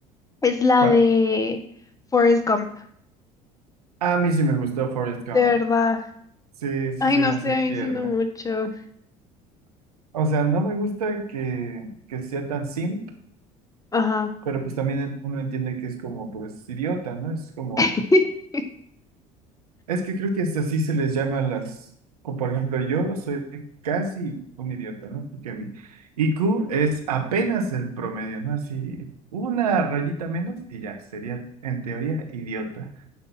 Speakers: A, on the left; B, on the right.
A: es la
B: Crash.
A: de Forrest Gump,
B: A mí sí me gustó Forrest
A: de
B: Gump.
A: verdad.
B: Sí, sí
A: Ay,
B: se
A: no
B: me
A: sé,
B: hace
A: a
B: tierna.
A: mí sí no mucho.
B: O sea, no me gusta que, que sea tan simp,
A: Ajá.
B: pero pues también uno entiende que es como, pues, idiota, ¿no? Es como
A: <laughs>
B: Es que creo que es así se les llama a las, como por ejemplo, yo soy casi un idiota, ¿no? Porque mi I Q es apenas el promedio, ¿no? Así, una rayita menos y ya, sería en teoría idiota.